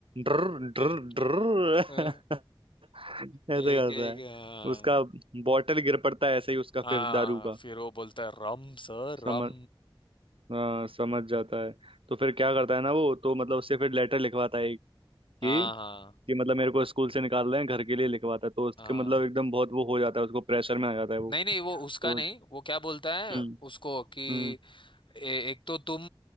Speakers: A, on the right; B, on the left.
A: ड्र ड्र
B: हम्म।
A: ड्र
B: अ,
A: <laughs> ऐसे
B: एक
A: करता
B: एक
A: है
B: हाँ
A: उसका बॉटल गिर पड़ता है ऐसे ही उसका
B: हाँ,
A: फिर दारू का
B: फिर वो बोलता है रम सर
A: समझ
B: रम
A: हाँ समझ जाता है तो फिर क्या करता है ना वो तो मतलब उससे फिर लेटर लिखवाता है कि
B: हाँ हाँ
A: कि मतलब मेरे को स्कूल से निकाल रहे हैं घर के लिए लिखवाता है तो उसके
B: हाँ
A: मतलब एकदम बहुत वो हो जाता है उसको प्रेशर में आ जाता है वो
B: नहीं नहीं वो उसका
A: तो
B: नहीं वो क्या बोलता है
A: हम्म
B: उसको कि
A: हम्म
B: ए, एक तो तुम